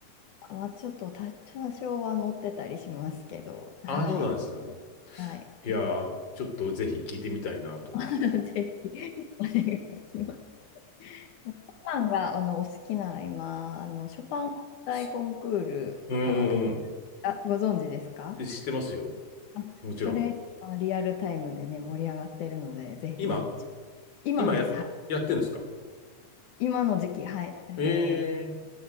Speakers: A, on the left; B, on the left.
A: まあ、ちょっと多多少は載ってたりしますけど、はい。
B: あ、そうなんですか。
A: はい。
B: いやー、ちょっとぜひ聞いてみたいなと思って。
A: <laughs> ぜひ、お願いします。ショパンが、あの、お好きなら今、あの、ショパン国際コンクールが、
B: すうんうん
A: あ、ご存知ですか
B: うん。知ってますよ。
A: あ、
B: もちろん。
A: それ、まあリアルタイムでね、盛り上がってるので、ぜひそっち。
B: 今
A: 今です。
B: 今や、
A: はい。
B: やってるんですか
A: 今の時期、はい。あの、
B: ええ、